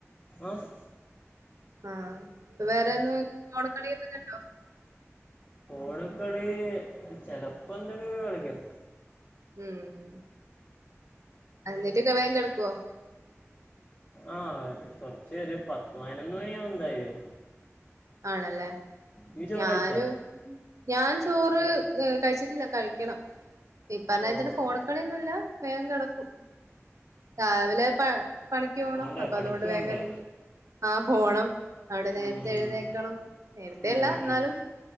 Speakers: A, on the left (about 30°); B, on the right (about 85°).
A: ഓഹ്
B: ആഹ് അ വേറെ ഒന്നും ഫോണ് കളിന്നൊണ്ടോ
A: ഫോണ് കളി ചെലപ്പോൾ ചിലപ്പോങ്ങനെ കളിക്കും
B: ഉം അനിയത്ത്യാക്കെ വേഗം കിടക്കുവോ
A: ആഹ് കൊറച്ച് ഒരു പത്ത് പതിനൊന്ന് മണിയാവും എന്തായാലും
B: ആണല്ലേ
A: നീ ചോറ്
B: ഞാനും
A: കഴിച്ചാ
B: ഞാൻ ചോറ് കഴിച്ചിട്ടില്ല കഴിക്കണംഇപ്പൊ പറഞ്ഞാതിരി
A: ഓ
B: ഇതിന്റെ
A: ഓക്കെ
B: ഫോണ് കളിന്നുംല്ല വേഗം കിടക്കും രാവിലെ പണിക്ക് പോണം
A: പോണ്ടേ
B: അപ്പൊ
A: പണിക്ക്
B: അതുകൊണ്ട് വേഗം
A: പോണ്ടേ
B: എണിക്കും ആഹ് പോണം അവിടെ നേരത്തെ
A: ഉം.
B: എഴുന്നേക്കണം നേരത്തെ
A: ഉം,
B: അല്ല
A: ഉം,
B: എന്നാലും
A: ഉം.